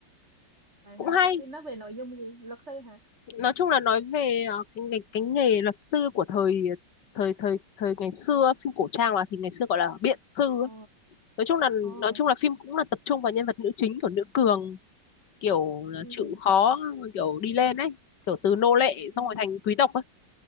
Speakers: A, on the right; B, on the left.
A: vậy
B: cũng
A: hả
B: hay
A: thì nói về nội dung gì luật sư hả
B: nói chung là nói về ờ, cái nghề cái nghề luật sư của thời thời thời thời ngày xưa phim cổ trang mà thì ngày xưa gọi là biện sư
A: ờ
B: ấy nói chung là
A: ờ
B: nói chung là phim cũng là tập trung vào nhân vật nữ chính của nữ cường kiểu là
A: ừ
B: chịu khó kiểu đi lên ấy kiểu từ nô lệ
A: ừ
B: xong rồi thành quý tộc ấy